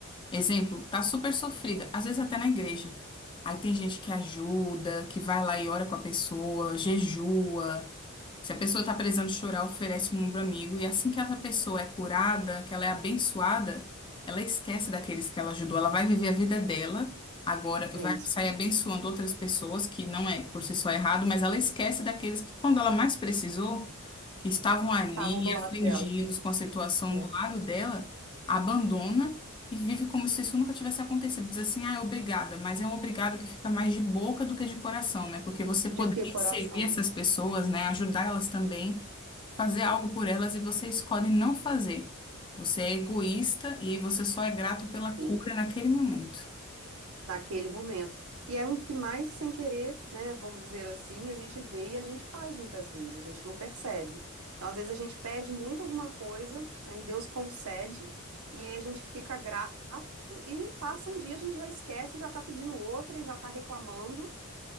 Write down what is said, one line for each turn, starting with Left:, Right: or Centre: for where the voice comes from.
Left: Exemplo, tá super sofrida, às vezes até na igreja. Aí tem gente que ajuda, que vai lá e ora com a pessoa, jejua. Se a pessoa tá precisando chorar, oferece um ombro amigo. E assim que essa pessoa é curada, que ela é abençoada, ela esquece daqueles que ela ajudou. Ela vai viver a vida dela. Agora
Right: É
Left: vai
Right: isso
Left: sair
Right: aí.
Left: abençoando outras pessoas, que não é por si só errado, mas ela esquece daqueles que, quando ela mais precisou, que estavam ali
Right: Estavam do lado
Left: afligidos
Right: dela,
Left: com a situação
Right: né?
Left: do lado dela, abandona e vive como se isso nunca tivesse acontecido. Diz assim, ah, obrigada, mas é um obrigado que fica mais de boca do que de coração, né? Porque você poderia
Right: De que coração?
Left: servir essas pessoas, né? Ajudar elas também, fazer algo por elas e você escolhe não fazer. Você é egoísta e você só é grato pela cura
Right: Sim,
Left: naquele momento.
Right: naquele momento. E é o que mais sem querer, né? Vamos dizer assim, a gente vê e a gente faz muitas vezes, a gente não percebe. Então, às vezes, a gente pede muito alguma coisa, aí Deus concede, e aí a gente fica grato e passa um dia, a gente já esquece, já tá pedindo outra e já tá reclamando,